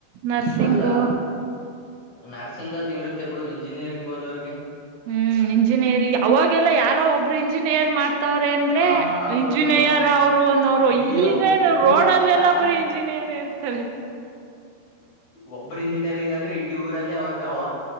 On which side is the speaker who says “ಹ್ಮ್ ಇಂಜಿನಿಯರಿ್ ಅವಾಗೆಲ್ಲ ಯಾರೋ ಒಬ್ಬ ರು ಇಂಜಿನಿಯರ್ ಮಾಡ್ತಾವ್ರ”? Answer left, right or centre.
Right